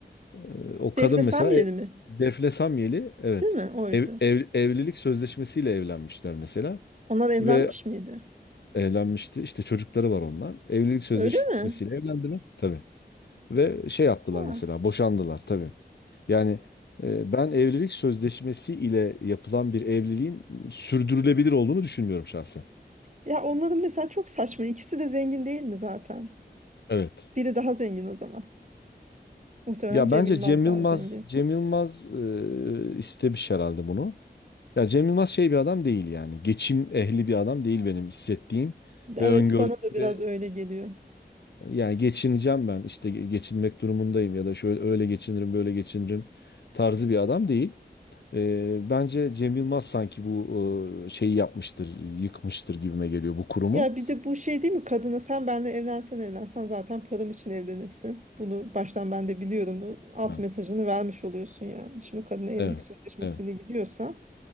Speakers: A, on the left; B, on the right.
A: e, o kadın
B: Defne
A: mesela
B: Samyeli
A: e,
B: mi?
A: Defne Samyeli evet
B: Değil mi? Oydu.
A: ev- ev- evlilik sözleşmesiyle evlenmişler mesela
B: Onlar evlenmiş
A: ve
B: miydi?
A: evlenmişti işte çocukları var ondan evlilik sözleşmesiyle
B: Öyle mi?
A: evlendiler tabii ve şey yaptılar
B: Ha.
A: mesela boşandılar tabii. Yani e, ben evlilik sözleşmesi ile yapılan bir evliliğin sürdürülebilir olduğunu düşünmüyorum şahsen.
B: Ya onların mesela çok saçma. İkisi de zengin değil mi zaten?
A: Evet.
B: Biri daha zengin o zaman. Muhtemelen
A: Ya
B: Cem
A: bence
B: Yılmaz
A: Cem
B: daha
A: Yılmaz
B: zengin.
A: Cem Yılmaz e, istemiş herhalde bunu. Ya Cem Yılmaz şey bir adam değil yani. Geçim ehli bir adam değil benim hissettiğim
B: Evet
A: ve öngördüğüm
B: bana da biraz
A: ve
B: öyle geliyor.
A: yani geçineceğim ben işte ge- geçinmek durumundayım ya da şöyle öyle geçinirim böyle geçinirim tarzı bir adam değil. E, bence Cem Yılmaz sanki bu e, şeyi yapmıştır, yıkmıştır gibime geliyor bu kurumu.
B: Ya bir de bu şey değil mi? Kadına sen benle evlensen evlensen zaten param için evlenirsin. Bunu baştan ben de biliyorum. Bu Alt
A: Ha,
B: mesajını vermiş oluyorsun yani. Şimdi kadına evlilik
A: evet,
B: sözleşmesiyle
A: evet.
B: gidiyorsan